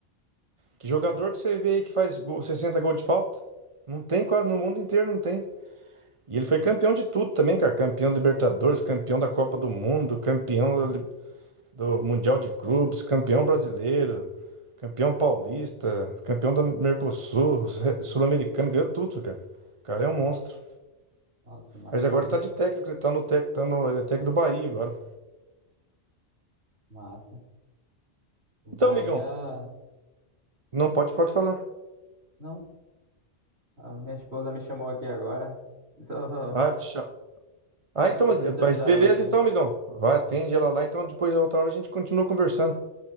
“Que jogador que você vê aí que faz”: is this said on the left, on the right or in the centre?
Right